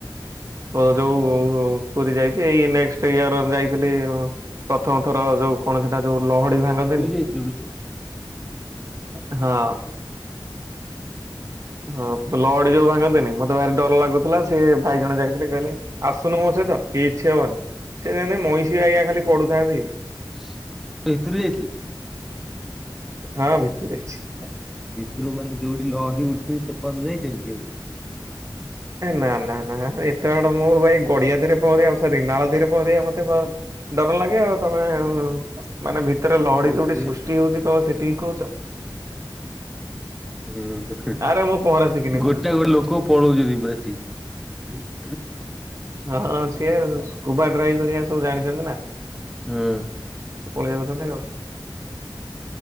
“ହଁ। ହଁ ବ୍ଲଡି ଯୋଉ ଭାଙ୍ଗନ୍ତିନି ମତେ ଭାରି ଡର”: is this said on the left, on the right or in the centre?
Right